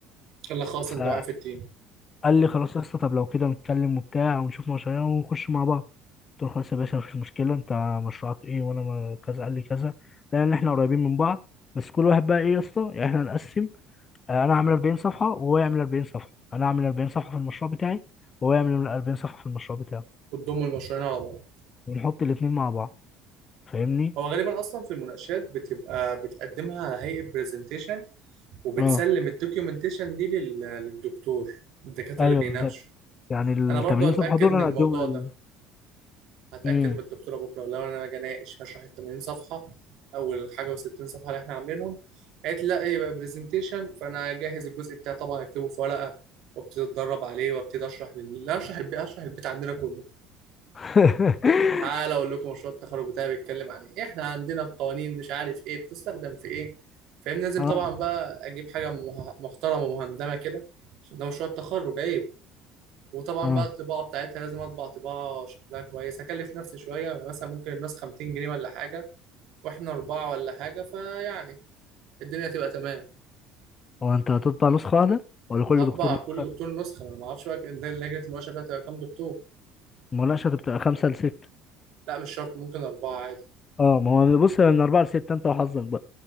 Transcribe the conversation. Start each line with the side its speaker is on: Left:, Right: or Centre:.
Right: يلا خلاص
Left: فقال
Right: انت معايا في التيم
Left: لي خلاص يا اسطى طب لو كده نتكلم وبتاع ونشوف مشاريع ونخش مع بعض قلت له خلاص يا باشا مفيش مشكله انت مشروعك ايه وانا ما- كذا قال لي كذا لان احنا قريبين من بعض بس كل واحد بقى ايه يا اسطى يعني احنا نقسم آه، انا اعمل 40 صفحه وهو يعمل 40 صفحه انا اعمل 40 صفحه في المشروع بتاعي وهو يعمل 40 صفحه في المشروع بتاعه
Right: وتضم المشروعين على بعض
Left: ونحط الاثنين مع بعض فاهمني
Right: هو غالبا اصلا في المناقشات بتبقى بتقدمها على هيئه برزنتيشن وبتسلم
Left: اه
Right: الدوكيومنتيشن دي لل- للدكتور الدكاتره
Left: ايوه
Right: اللي بيناقشوا
Left: بالظبط يعني ال
Right: انا برضو
Left: 80
Right: هتاكد
Left: صفحه دول
Right: من
Left: انا
Right: الموضوع
Left: اديهم لل
Right: ده هتأكد
Left: امم
Right: من الدكتورة بكرة لو أنا أجي أناقش هشرح ال 80 صفحة أول حاجة و60 صفحة اللي إحنا عاملينهم قالت لي لا إيه يبقى برزنتيشن فأنا أجهز الجزء بتاعي طبعا أكتبه في ورقة وابتدي أتدرب عليه وابتدي أشرح لل... لا أشرح البيت أشرح البيت عندنا كله
Left: <laughs>
Right: تعالى أقول لكم مشروع التخرج بتاعي بيتكلم عن إيه إحنا عندنا القوانين مش عارف إيه بتستخدم في إيه فاهم لازم
Left: اه
Right: طبعا بقى أجيب حاجة مه- محترمة مهندمة كده عشان ده مشروع التخرج أيوه وطبعا
Left: اه
Right: بقى الطباعه بتاعتها لازم اطبع طباعه شكلها كويس هكلف نفسي شويه يعني مثلا ممكن النسخه 200 جنيه ولا حاجه واحنا اربعه ولا حاجه فيعني الدنيا تبقى تمام
Left: هو انت هتطبع نسخة واحدة ولا كل
Right: هطبع
Left: دكتور نسخة؟
Right: كل دكتور نسخه ما انا ما اعرفش بقى إن ده لجنه المناقشه بقى تبقى كام دكتور
Left: المناقشة بتبقى خمسة لستة
Right: لا مش شرط ممكن اربعه عادي
Left: اه ما هو بص من أربعة لستة أنت وحظك بقى